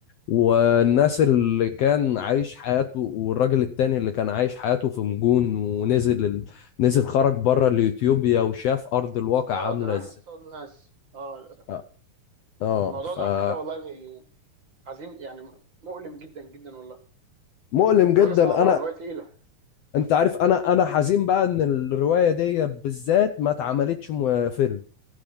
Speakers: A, on the left; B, on the right.
A: والناس اللي كان عايش حياته والراجل التاني اللي كان عايش حياته في مجون ونزل ال... نزل خرج بره اليوتيوبيا وشاف ارض الواقع
B: يصطاد
A: عامله
B: رايح
A: ازاي
B: يصطاد ناس اه للاسف
A: اه آه،
B: الموضوع ده على فكره والله بي- عظيم يعني مؤلم جدا جدا والله
A: فمؤلم
B: الروايه
A: جدا
B: صعبه
A: انا
B: وروايه تقيله
A: <laughs> انت عارف انا انا حزين بقى ان الروايه دي بالذات ما اتعملتش م- فيلم